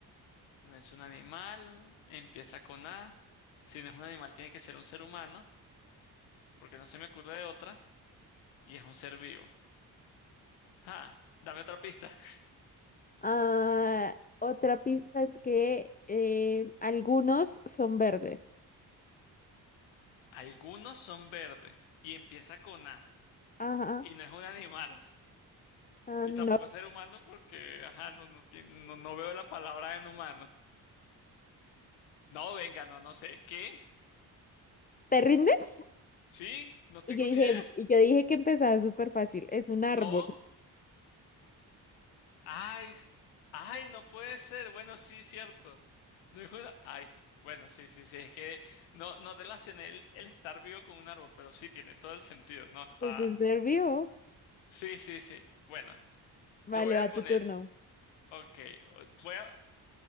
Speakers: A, on the left; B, on the left.
A: No es un animal, empieza con A. Si no es un animal, tiene que ser un ser humano, porque no se me ocurre de otra, y es un ser vivo. Ah, dame otra pista. <laughs>
B: Ah, otra pista es que eh, algunos son verdes.
A: Algunos son verdes, y empieza con A,
B: Ajá.
A: y no es un animal, <laughs>
B: Ah,
A: y
B: no.
A: tampoco es ser humano, porque, ajá, no, no, tiene- no, no veo la palabra en humano. No, venga, no, no sé. ¿Qué?
B: ¿Te rindes?
A: ¿Sí? No tengo
B: Y yo dije,
A: ni idea.
B: y yo dije que empezaba súper fácil. Es un árbol.
A: No. Ay, s- ay, no puede ser. Bueno, sí, cierto. No es una- Ay, bueno, sí, sí, sí. Es que no, no relacioné el, el estar vivo con un árbol, pero sí tiene todo el sentido. No está.
B: Es un ser vivo.
A: Sí, sí, sí. Bueno, yo
B: Vale,
A: voy a
B: va
A: poner.
B: tu turno.
A: Ok, o- voy a.